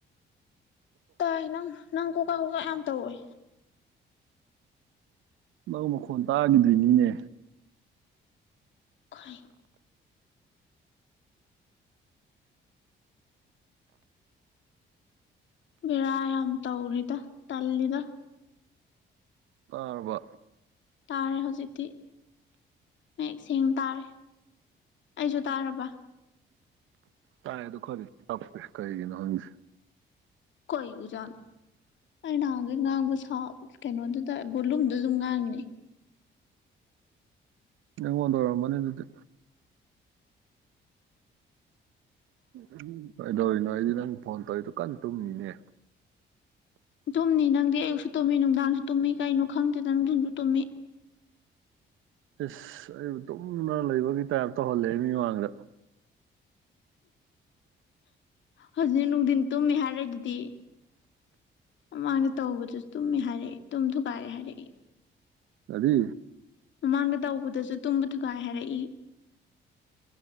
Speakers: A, on the left (about 70°); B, on the right (about 80°).
A: ꯇꯥꯏ ꯅꯪ ꯅꯪ ꯀꯣꯀꯥ ꯀꯣꯀꯥ ꯌꯥꯝ ꯇꯧꯋꯦ
B: ꯅꯪ ꯃꯈꯣꯟ ꯇꯥꯈꯤꯗꯣꯏꯅꯤꯅꯦ
A: ꯈꯣꯏ ꯕꯦꯔꯥ ꯌꯥꯝ ꯇꯧꯔꯤꯗ ꯇꯜꯂꯤꯗ
B: ꯇꯥꯔꯕ
A: ꯇꯥꯔꯦ ꯍꯧꯖꯤꯛꯇꯤ ꯃꯌꯦꯛ ꯁꯦꯡꯅ ꯇꯥꯔꯦ ꯑꯩꯁꯨ ꯇꯥꯔꯕ
B: ꯇꯥꯏ ꯑꯗꯨ ꯈꯗꯤꯦ ꯀꯔꯤꯒꯤꯅ ꯍꯪ
A: ꯀꯣꯏ ꯑꯣꯖꯥꯅꯣ ꯑꯩ ꯅꯍꯥꯟꯈꯩ ꯉꯥꯡꯕ ꯁꯥ ꯀꯩꯅꯣꯗꯨꯗ ꯕꯣꯂꯨꯝꯗꯨ ꯑꯗꯨꯝ ꯉꯥꯡꯉꯤꯅꯦ
B: ꯅꯉ ꯋꯥꯣꯟꯗ ꯑꯣꯏꯔꯣ ꯃꯅꯤ ꯑꯗꯨꯗꯤ ꯎ ꯀꯩꯗꯧꯔꯤꯅꯣ ꯑꯩꯗꯤ ꯅꯪ ꯐꯣꯟ ꯇꯧꯔꯤꯗꯨ ꯀꯟꯅ ꯇꯨꯝꯃꯤꯅꯦ
A: ꯇꯨꯝꯅꯤ ꯅꯪꯗꯤ ꯑꯌꯨꯛꯁꯨ ꯇꯨꯝꯃꯤ ꯅꯨꯡꯗꯥꯡꯁꯨ ꯇꯨꯝꯃꯤ ꯀꯩꯅꯣ ꯈꯪꯗꯦꯗ ꯅꯨꯡꯊꯤꯟꯁꯨ ꯇꯨꯝꯃꯤ
B: ꯏꯁꯁ ꯑꯩꯕꯨ ꯇꯨꯝꯅ ꯂꯩꯕꯒꯤ ꯇꯥꯏꯞ ꯇꯧꯍꯜꯂꯦ ꯃꯤꯃꯥꯡꯗ
A: ꯍꯧꯖꯤꯛꯅ ꯅꯨꯡꯊꯤꯟ ꯇꯨꯝꯃꯦ ꯍꯥꯏꯔꯦ ꯑꯗꯨꯗꯤ ꯃꯥꯅ ꯇꯧꯕꯗꯨꯁꯨ ꯇꯨꯝꯃꯦ ꯍꯥꯏꯔꯛꯏ ꯇꯨꯝꯁꯨꯨ ꯀꯥꯏꯔꯦ ꯍꯥꯏꯔꯛꯏ
B: ꯑꯗꯤ
A: ꯃꯒꯗ ꯎ ꯑꯗꯨꯁꯨ ꯇꯨꯝꯕ ꯊꯨꯒꯥꯏ ꯍꯥꯏꯔꯛꯏ